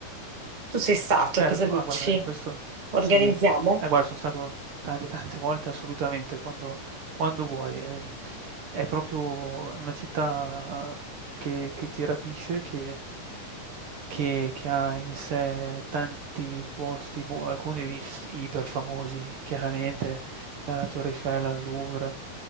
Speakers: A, on the right; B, on the right.
A: Tu sei stato
B: Certo,
A: e cosa dici?
B: ah guarda, ehm, questo
A: Organizziamo?
B: sì. Eh guarda, sono stato tante, tante volte assolutamente, quando quando vuoi. Ehm, è proprio una città che che ti rapisce, che Che che ha in sé tanti posti, mo alcuni is iperfamosi, chiaramente, dalla Torre Eiffel al Louvre